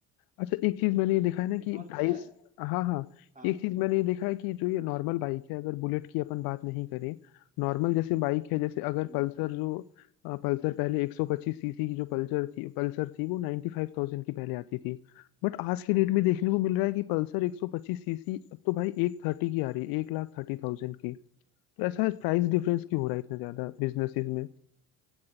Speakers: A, on the left; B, on the right.
A: अच्छा एक चीज मैंने ये देखा है ना कि
B: ये गौर
A: प्राइस
B: किया है
A: हाँ हाँ
B: हाँ
A: एक चीज मैंने ये देखा है कि जो ये नॉर्मल बाइक है अगर बुलेट की अपन बात नहीं करें नॉर्मल जैसे बाइक है जैसे अगर
B: हम्म
A: पल्सर जो अ, पल्सर पहले 125 सीसी की जो पल्सर थी पल्सर थी वो 95000 की पहले आती थी बट आज के डेट में देखने को मिल रहा है कि पल्सर 125 सीसी अब तो भाई एक थर्टी की आ रही है एक लाख थर्टी थाउजेंड की तो ऐसा प्राइस डिफरेंस क्यों हो रहा है इतना
B: हम्म।
A: ज्यादा बिजनेसेस में